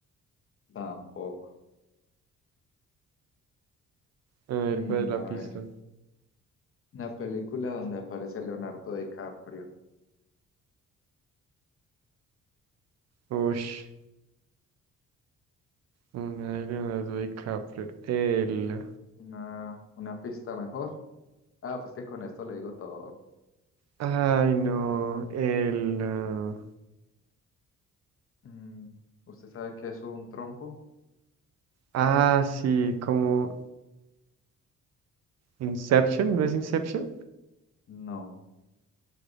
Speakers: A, on the left (about 45°); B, on the right (about 60°).
A: Tampoco.
B: A ver,
A: Mm,
B: ¿cuál es la
A: a
B: pista?
A: ver. Una película donde aparece Leonardo DiCaprio.
B: Ush. Una de Leonardo DiCaprio. El.
A: Una, una pista mejor. Ah, pues que con esto le digo todo.
B: Ay, no. El. ah,
A: Mm, ¿usted sabe qué es un trompo?
B: ah, sí, como. Inception, ¿no es Inception?
A: No.